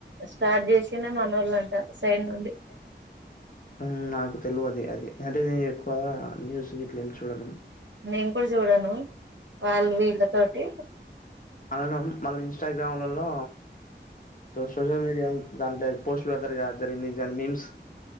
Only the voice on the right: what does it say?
స్టార్ట్ జేసిన మనోళ్లు అంటా సైడ్ నుండి
నేను కూడా చూడను వాళ్ళు వీళ్ళతోటి